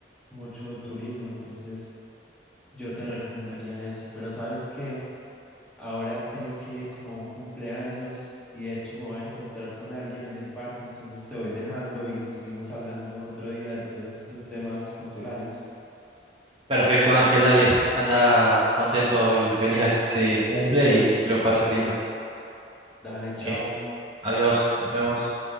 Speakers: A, in the centre; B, on the right (about 30°).
A: mucho turismo, entonces yo te recomendaría eso, pero sabes que Ahora tengo que ir como a un cumpleaños y de hecho me voy a encontrar con alguien en el parque, entonces te voy dejando y seguimos hablando otro día de todos estos temas culturales.
B: perfecto, Ángel, dale, anda contento y feliz a ese cumple y que lo pases lindo.
A: Dale, chao.
B: Eh, adiós, nos vemos.